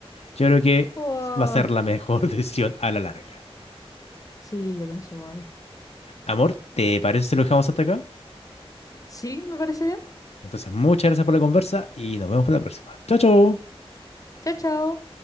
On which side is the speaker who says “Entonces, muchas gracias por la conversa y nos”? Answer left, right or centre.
Left